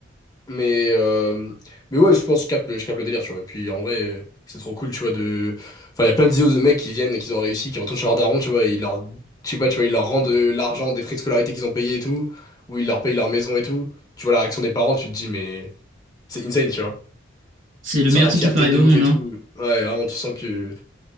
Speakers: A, on the left (about 20°); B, on the right (about 85°).
A: Mais, euh, mais ouais, je pense que je capte, le- je capte le délire, tu vois. Et puis en vrai, euh, c'est trop cool, tu vois, de. Enfin, il y a plein de vidéos de mecs qui viennent, qui ont réussi, qui retournent chez leur daron, tu vois, et ils leur. Je sais pas, tu vois, ils leur rendent de l'argent, des frais de scolarité qu'ils ont payés et tout, ou ils leur payent leur maison et tout. Tu vois la réaction des parents, tu te dis, mais c'est insane, tu vois.
B: C'est le
A: Tu
B: meilleur
A: sens la
B: truc
A: fierté
B: qui peut arriver
A: de
B: au
A: ouf
B: monde,
A: et
B: hein.
A: tout. Ouais, vraiment, tu sens que.